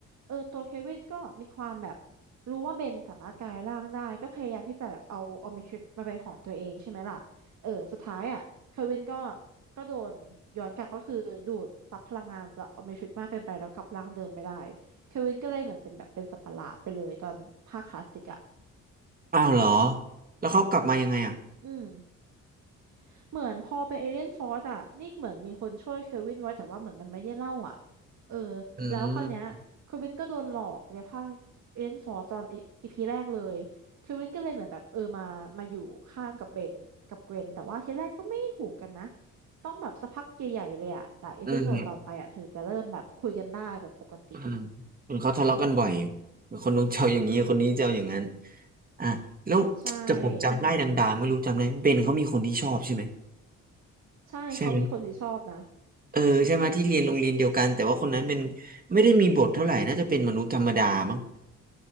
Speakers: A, on the right (about 65°); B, on the right (about 30°).
A: เออตัวเควินก็มีความแบบรู้ว่าเบนสามารถกลายร่างได้ก็พยายามที่จะแบบเอาออมนิทริกมาเป็นของตัวเองใช่ไหมล่ะเออสุดท้ายอ่ะเควินก็ก็โดนย้อนกลับก็คือดูดซับพลังงานจากออมนิทริกมากเกินไปแล้วกลับร่างเดิมไม่ได้เควินก็เลยเหมือนเป็นแบบเป็นสัตว์ประหลาดไปเลยตอนภาคคลาสสิกอ่ะ
B: อ้าวเหรอแล้วเขากลับมายังไงอ่ะ
A: อืม เหมือนพอเป็นเอเลียนฟอร์สอ่ะนี่เหมือนมีคนช่วยเควินไว้แต่ว่าเหมือนมันไม่ได้เล่าอ่ะเออ
B: อื
A: แล้วคราวเนี้ยเควินก็โดนหลอกในภาคเอเลียนฟอร์สตอนอีพีแรกเลยเควินก็เลยเหมือนแบบเออมามาอยู่ข้างกับเบนกับเกวนแต่ว่าทีแรกก็ไม่ถูกกันนะ
B: ม
A: ต้องแบบสักพักใหญ่ๆเลยอ่ะหลายเอพิโซดต่อไปอ่ะถึงจะเริ่มแบบคุยกันได้แบบปกติ
B: อืมอืมเห็นเขาทะเลาะกันบ่อยคนนู้นเจ้าอย่างนี้คนนี้เจ้าอย่างนั้นอ่ะแล้วแต่ผมจำไล่ดังๆไม่รู้จำได้เบนเขามีคนที่ชอบใช่ไหม
A: ใช่ใช่เขามีคนที่ชอบนะ
B: ใช่ไหมเออใช่ไหมที่เรียนโรงเรียนเดียวกันแต่ว่าคนนั้นเป็นไม่ได้มีบทเท่าไหร่น่าจะเป็นมนุษย์ธรรมดามั้ง